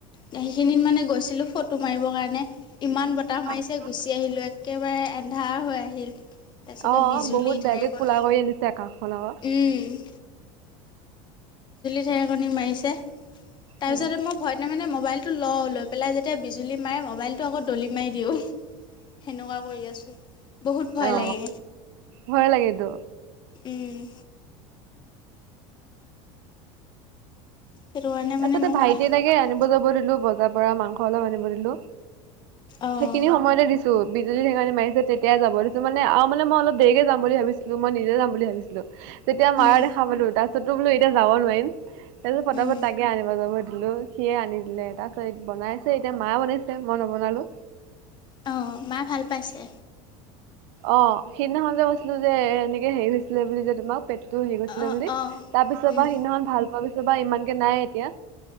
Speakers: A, on the left (about 30°); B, on the right (about 70°).
A: সেইখিনিত মানে গৈছিলো ফটো মাৰিব কাৰণে ইমান বতাহ মাৰিছে
B: অ
A: গুচি আহিলোঁ একেবাৰে এন্ধাৰ হৈ আহিল তাৰ পিছতে
B: অ
A: বিজুলী
B: বহুত
A: ঢেৰকনী
B: বেয়াকে কোলা কৰি আনিছে আকাশখন আকৌ
A: উম ঢেৰকণী মাৰিছে তাৰপিছতে
B: উম
A: মই ভয়তে মানে ম'বাইলটো লওঁ ল পেলাই যেতিয়া বিজুলী মাৰে মোবাইলটো আকৌ দলি মাৰি দিওঁ সেনেকুৱা কৰি আছো বহুত ভয়
B: অ
A: লাগে
B: ভয় লাগেতো
A: উম সেইটো কাৰণে
B: তাৰ
A: মানে
B: পিছতে
A: মই
B: ভাইটি
A: কথা
B: এটাকে
A: পতা নাই
B: আনিব যাব দিলো বজাৰ পৰা মাংস অলপ আনিব দিলো
A: অঁ
B: সেইখিনি সময়তে দিছো বিজুলী ঢেকনী মাৰিছে তেতিাই যাব দিছো মানে আৰু মানে মই অলপ দেৰিকে যাম বুলি ভাবিছিলো মই নিজে যাম বুলি ভাবিছিলো যেতিয়া মাৰা
A: উম
B: দেখা পালো তাৰ পিছতো বোলো এতিয়া যাব নোৱাৰিম তাৰপিছত পতাপত
A: উম
B: তাকে আনিব যাব দিলো সিয়ে আনি দিলে তাৰপিছত বনাইছে এতিয়া মায়ে বনাইছে মই নবনালো
A: অ মায়ে ভাল পাইছে
B: অ সেইদিনাখন যে কৈছিলো যে এনেকে হেৰি হৈছিলে বুলি যে তোমাক পেটটো হেৰি গৈছিলে
A: অঁ
B: বুলি
A: অঁ
B: তাৰ পিছত
A: উম
B: বা সিদিনাখন ভাল পোৱা পিছত বা ইমানকে নাই এতিয়া